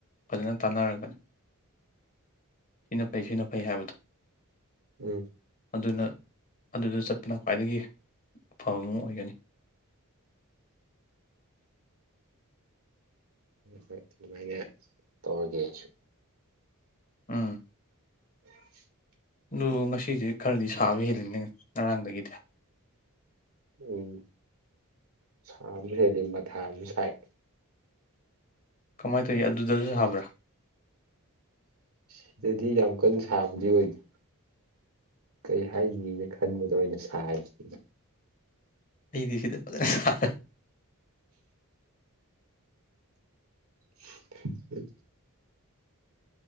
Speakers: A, on the left (about 40°); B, on the right (about 70°).
A: ꯐꯖꯅ ꯇꯥꯟꯅꯔꯒꯅꯤ ꯁꯤꯅ ꯐꯩ ꯁꯤꯅ ꯐꯩ ꯍꯥꯏꯕꯗꯣ
B: ꯎꯝ
A: ꯑꯗꯨꯅ ꯑꯗꯨꯗ ꯆꯠꯄꯅ ꯈ꯭ꯋꯥꯏꯗꯒꯤ ꯑꯐꯕ ꯑꯃ ꯑꯣꯏꯒꯅꯤ
B: ꯍꯣꯏ ꯑꯗꯨꯃꯥꯏꯅ ꯇꯧꯔꯒꯦ ꯑꯩꯁꯨ
A: ꯎꯝ
B: <inaudible>
A: ꯑꯗꯨ ꯉꯁꯤꯁꯦ ꯈꯔꯗꯤ ꯁꯥꯕ ꯍꯦꯜꯂꯤꯅꯦ ꯉꯔꯥꯡꯗꯒꯤꯗꯤ
B: ꯎꯝ ꯁꯥꯕ <unintelligible> ꯑꯗꯨ ꯃꯊꯥꯁꯨ ꯁꯥꯏ
A: ꯀꯃꯥꯏꯅ ꯇꯧꯏ ꯑꯗꯨꯗꯁꯨ ꯁꯥꯕ꯭ꯔꯥ
B: ꯁꯤꯗꯗꯤ ꯌꯥꯝ ꯀꯟꯅ ꯁꯥꯕꯗꯤ ꯑꯣꯏꯗꯦ ꯀꯩ ꯍꯥꯏꯒꯤꯅ ꯈꯟꯕꯗꯣ ꯑꯣꯏꯅ ꯁꯔꯤꯁꯤ
A: ꯑꯩꯗꯤ ꯁꯤꯗ <unintelligible>
B: <inaudible>